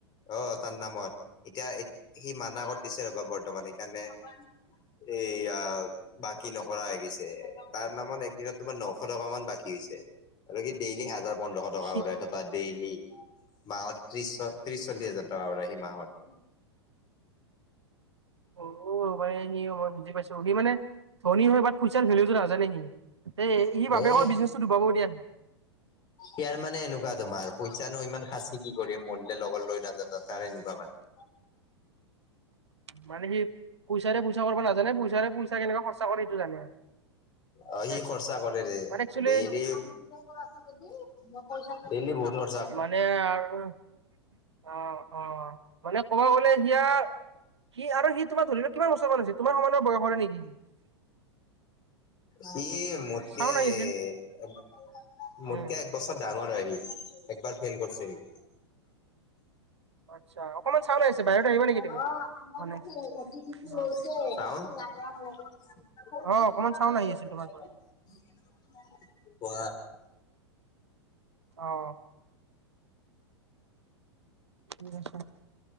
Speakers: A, on the left; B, on the right.
A: অ! তাৰ নামত। এতিয়া সি মানা কৰি দিছে ৰবা বৰ্তমান সেইকাৰণে <unintelligible> এয়া বাকী নকৰা হৈ গৈছে। তাৰ নামত একদিনত তোমাৰ নশ টকা মান বাকী <unintelligible> <unintelligible> হৈছে আৰু সি ডেইলি হাজাৰ, পোন্ধৰশ টকা
B: সি
A: ওলাই থ <inaudible> বা ডেইলি মাহত ত্ৰিশ <inaudible> ত্ৰিশ, চল্লিশ হাজাৰ টকা ওলাই সি মাহত।
B: অ! মানে সি মই বুজি পাইছো। ‌ সি মানে ধনী হয় বাত পইচাৰ ভেলোটো নাজানে সি। <unintelligible> এই ই বাপেকৰ
A: এ
B: বিজনেচটো ডুবাব দিয়া। <unintelligible>
A: ইয়াৰ মানে এনেকুৱা তোমাৰ, পইচানো ইমান সাঁচি কি কৰিম? মৰিলে লগত লৈ নাযাওঁ ন তাৰ এনেকুৱা মানে। <unintelligible>
B: মানে সি পইচাৰে পইচা কৰিব নাজানে, পইচাৰে পইচা কেনেকা খৰচা কৰে, সেইটো জানে। <unintelligible>
A: অ!
B: পাইছো
A: সি খৰচা কৰে দে
B: মানে একচুৱেলি
A: ডইলি <unintelligible> ডেইলি বহুত। <unintelligible>
B: মানে আৰু অঁ-অঁ! মানে ক'ব গলে এতিয়া <unintelligible> সি আৰু সি তোমাৰ ধৰি ল' কিমান বছৰমান হৈছে? তোমাৰ সমানৰ বয়সৰে নেকি? <unintelligible>
A: সি মোতকে
B: চাউন আহি আছিল
A: <inaudible> মোতকে
B: উম,
A: এক বছৰ ডাঙৰ হয় সি। একবাৰ ফেইল কৰিছে সি। <inaudible>
B: আচ্ছা! অকণমান ছাউণ্ড আহিছে <unintelligible>
A: অঁ!
B: নেকি তুমি?
A: আমাৰ
B: মানে
A: <unintelligible>
B: অ',
A: হৈছে <unintelligible>
B: অ', অকমান
A: ছাউণ্ড
B: চাউন আহি আছিল তোমাৰ পৰা
A: <unintelligible> কোৱা?
B: অঁ! <inaudible> <unintelligible>